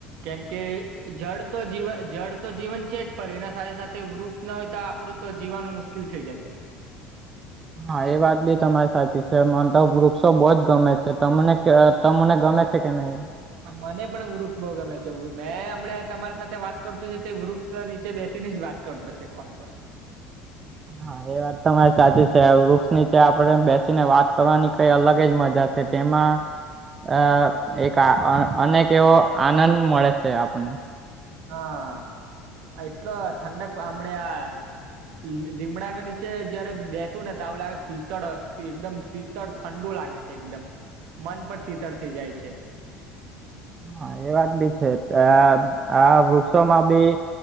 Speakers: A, on the right; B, on the right.
A: કેમ કે, જળ તો જીવ, જળ તો જીવન છે જ, પણ એના સાથે-સાથે વૃક્ષ ન હોય તો આપણું તો જીવાવાનું મુશ્કિલ થઈ જશે.
B: હા એ વાત બી તમારી સાચી છે. મન તો વૃક્ષો બહુ જ ગમે છે. તમને <unintelligible> તો તમને ગમે છે કે નહીં?
A: હા મને પણ વૃક્ષ બહુ ગમે છે. મેં હમણે તમારી સાથે વાત કરતી તી તે વૃક્ષ નીચે બેસી ને જ વાત કર તો છે કોલ પર.
B: હા એ વાત તમારી સાચી છે. વૃક્ષ નીચે આપણે બેસીને વાત કરવાની કંઈ અલગ જ મજા કે તેમાં અહ એક આ અ અનેક એવો આનંદ મળે છે આપને.
A: હા. એટલો ઠંડક હમણે આ લી લીમડાના નીચે જયારે બેસુ ને તો આવું લાગે શીતળ શી એકદમ શી તળ ઠંડુ લાગે છે એકદમ. મન પણ શીતળ થઈ જાય છે.
B: હા એ વાત બી છે. આ-આ વૃક્ષોમાં બી